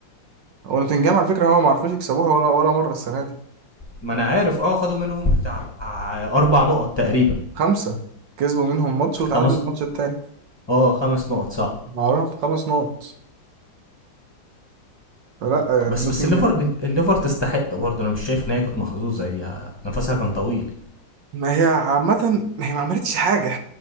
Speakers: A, on the right; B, on the left.
A: ونوتنجهام على فكره هو ما عرفوش يكسبوها ولا ولا مره السنه دي
B: ما انا عارف اه خدوا منهم بتاع اربع نقط تقريبا
A: خمسه كسبوا منهم ماتش وتعادلوا
B: خمس
A: الماتش التاني
B: اه خمس نقط صح
A: معاهم خمس نقط فلا يعني
B: بس
A: نوتنجهام
B: بس الليفر الليفر تستحق برضه انا مش شايف ان هي كانت محظوظه هي نفسها كان طويل
A: ما هي عامة هي ما عملتش حاجة